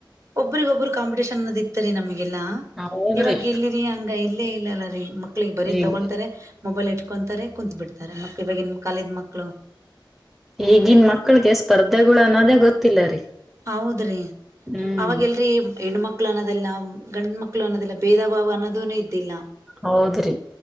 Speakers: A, on the right; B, in the centre.
A: ಒಬ್ಬರಿಗೊಬ್ರು ಕಾಂಪಿಟಷನ್ ಅದ್ ಇತ್ರಿ ನಮ್. ನಮಗೆಲ್ಲಾ
B: ಹೌದ್ರಿ
A: ಇವಾಗ ಎಲ್ಲಿರಿ ಹಂಗ ಇಲ್ಲೇ ಇಲ್ಲ ಅಲ್ಲ ರೀ ಮಕ್ಳಿಗೆ ಬರಿ
B: ಈಗ
A: ತಗೊಂತರೆ ಮೊಬೈಲ್ ಇಟ್ಕೊಂತರೆ. ಕುಂತ್ ಬಿಡ್ತರೆ ಮಕ್ಕಳ ಬಗೆ ನಮ್ಮ ಕಾಲಿನ್ನ ಮಕ್. ಕ್ಕಳು.
B: ಈಗನ್ ಮಕ್ಳಿಗೆ ಸ್ಪರ್ಧೆಗಳು ಅನ್ನೋದೇ ಗೊತ್ತಿಲ್ಲ ರೀ.
A: ಹೌದ್ರಿ.
B: ಹ್ಮ್
A: ಅವಾಗ್ ಎಲ್ರಿ ಹೆಣ್ಮಕ್ಳ ಅನ್ನೋದಲ್ಲ ಗಂಡು ಮಕ್ಳ ಅನ್ನೋದಲ್ಲ ಭೇದ ಭಾವ ಅನ್ನೋದುನು ಇದ್ದಿಲ್ಲ.
B: ಹೌದ್ರಿ